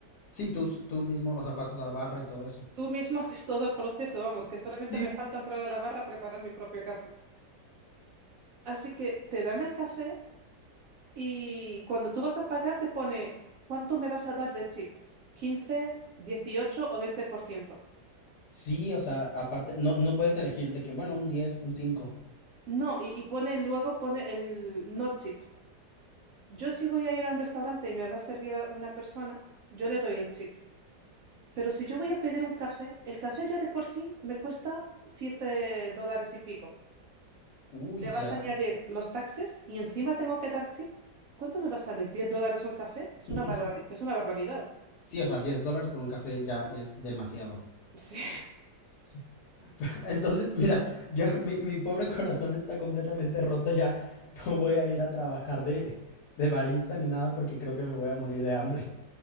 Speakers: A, on the left; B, on the right.
A: Sí, tú, s- tú mismo, o sea, pasas a la barra y todo eso.
B: Tú mismo <laughs> haces todo el proceso, vamos, que solamente
A: Sí.
B: me falta entrar a la barra a preparar mi propio café. Así que te dan el café Y cuando tú vas a pagar, te pone, ¿cuánto me vas a dar de chip? ¿15, 18 o 20%?
A: Sí, o sea, aparte, no, no puedes elegir de que, bueno, un diez, un cinco,
B: No, y, y pone luego pone el no chip. Yo si voy a ir a un restaurante y me va a servir a una persona, yo le doy el chip. Pero si yo voy a pedir un café, el café ya de por sí me cuesta 7 dólares y pico.
A: Uy,
B: Le vas
A: ya.
B: a añadir los taxes y encima tengo que dar chip. ¿Cuánto me va a salir? diez dólares un café?
A: <laughs>
B: Es una barbar- es una barbaridad.
A: Sí, o sea, 10 dólares por un café ya es demasiado.
B: <laughs> Sí.
A: Sí. <laughs> Entonces, mira, yo, mi, mi pobre corazón está completamente roto ya. No voy a ir a trabajar de, de barista ni nada porque creo que me voy a morir de hambre.